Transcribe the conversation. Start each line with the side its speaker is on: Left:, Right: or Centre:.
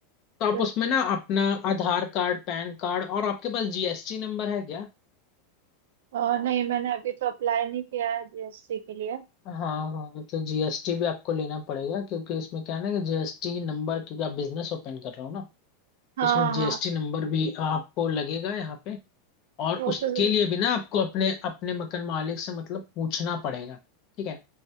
Left: तो आप
Right: बिल्कुल
Left: उसमें ना अपना आधार कार्ड पैन कार्ड और आपके पास जीएसटी नंबर है क्या
Right: और नहीं मैंने अभी तो अप्लाई नहीं किया है जीएसटी के लिए
Left: हाँ हाँ तो जीएसटी भी आपको लेना पड़ेगा क्योंकि इसमें क्या है ना कि जीएसटी नंबर क्योंकि आप बिजनेस ओपन कर रहे हो ना तो
Right: हाँ
Left: इसमें
Right: हाँ
Left: जीएसटी
Right: हाँ,
Left: नंबर भी आपको लगेगा यहाँ पे और
Right: वो
Left: उसके
Right: तो जरूर
Left: लिए भी ना आपको अपने अपने मकान मालिक से मतलब पूछना पड़ेगा ठीक है